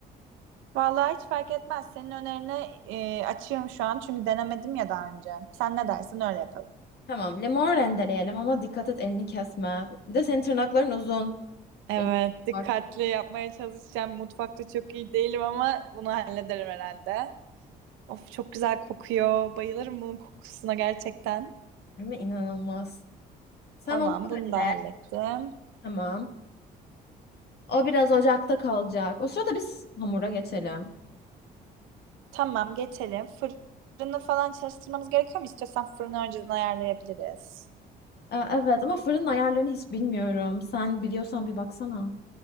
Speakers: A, on the right; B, on the left.
A: Vallahi hiç fark etmez. Senin önerine e, açığım şu an çünkü denemedim ya daha önce. Sen ne dersin öyle yapalım.
B: Tamam, limon rendeleyelim ama dikkat et elini kesme. Bir de senin tırnakların uzun.
A: Evet,
B: El
A: dikkatli
B: bak,
A: yapmaya çalışacağım. Mutfakta çok iyi değilim ama bunu hallederim herhalde. Of çok güzel kokuyor. Bayılırım bunun kokusuna gerçekten.
B: değil mi? İnanılmaz. Sen
A: Tamam,
B: onu
A: bunu
B: öyle.
A: da hallettim.
B: Tamam. O biraz ocakta kalacak. O sırada biz hamura geçelim.
A: Tamam, geçelim. Fırını falan çalıştırmamız gerekiyor mu? İstiyorsan fırını önceden ayarlayabiliriz.
B: Ee, evet ama fırının ayarlarını hiç bilmiyorum. Sen biliyorsan bir baksana.